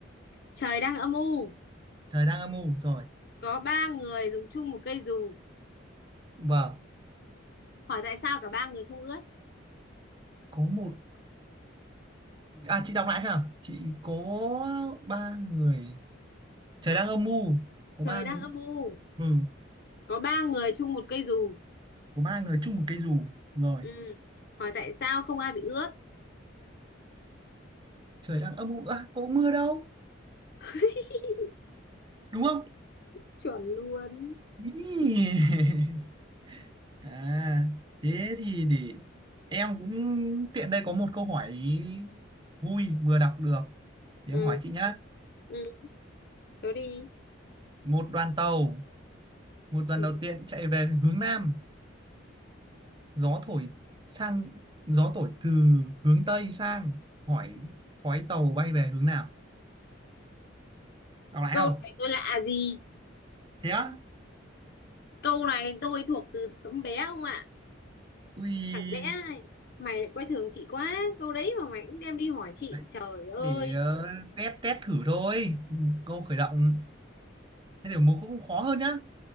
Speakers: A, on the left; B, on the right.
A: Trời đang âm u.
B: Trời đang âm u rồi.
A: Có ba người dùng chung một cây dù.
B: Vâng.
A: Hỏi tại sao cả ba người không ướt?
B: Có một... À chị đọc lại xem nào. Chị có ba người... Trời đang âm u. Có
A: Trời
B: ba...
A: đang
B: ng-
A: âm u.
B: Ừ.
A: Có ba người chung một cây dù.
B: Có ba người chung một cây dù. Rồi.
A: Ừ. Hỏi tại sao không ai bị ướt?
B: Trời đang âm u. À, có mưa đâu.
A: <laughs>
B: Đúng không?
A: Chuẩn luôn.
B: Ý.
A: Chính.
B: <laughs> À, thế thì để em cũng tiện đây có một câu hỏi vui vừa đọc được. Thì
A: Ừ.
B: em hỏi chị nhá.
A: Ừ. Đố đi.
B: Một đoàn tàu, một đoàn
A: Ừ.
B: đầu tiên chạy về hướng Nam, gió thổi sang gió thổi từ hướng Tây sang, hỏi khói tàu bay về hướng nào? Đọc lại
A: Câu
B: không?
A: này tôi lạ gì?
B: Thế á?
A: Câu này tôi thuộc từ tấm bé không ạ.
B: Ui,
A: Chẳng lẽ mày lại coi thường chị quá. Câu đấy mà mày cũng đem đi hỏi chị.
B: đấy,
A: Trời ơi,
B: để ờ, test test thử thôi. Câu khởi động. Thế để một câu cũng khó hơn nhá.